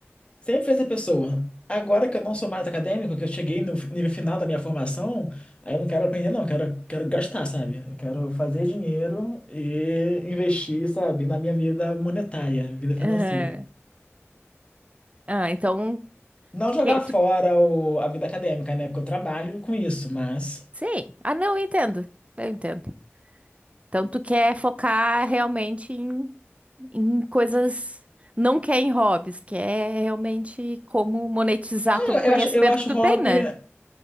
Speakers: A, on the left; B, on the right.
A: sempre fez essa pessoa. Agora que eu não sou mais acadêmico, que eu cheguei no fi- nível final da minha formação, aí eu não quero aprender não, eu quero, quero gastar, sabe? Eu quero fazer dinheiro e investir, sabe, na minha vida monetária, vida
B: Aham.
A: financeira.
B: Ah, então,
A: Não
B: tu
A: jogar
B: quer, tu-
A: fora o, a vida acadêmica, né? Porque eu trabalho com isso, mas...
B: sei. Ah, não, eu entendo. Eu entendo. Então, tu quer focar realmente em em coisas, não quer em hobbies, quer realmente como monetizar
A: Ah,
B: todo
A: Eu,
B: o conhecimento
A: eu acho, eu acho
B: que tu
A: hobby.
B: tem, né?